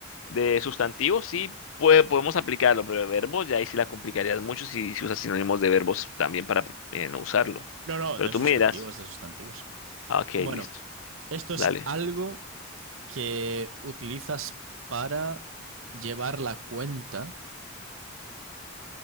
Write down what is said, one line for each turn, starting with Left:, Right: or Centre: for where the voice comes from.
Left: De sustantivos, sí puede, podemos aplicarlo. Pero de verbo, ya ahí sí la complicarías mucho si, si usas sinónimos de verbos también para eh, no usarlo.
Right: No, no,
Left: Pero
Right: de
Left: tú
Right: sustantivos,
Left: miras.
Right: de sustantivos.
Left: Ah, Ok,
Right: Bueno,
Left: listo.
Right: esto
Left: Dale.
Right: es algo que utilizas para llevar la cuenta.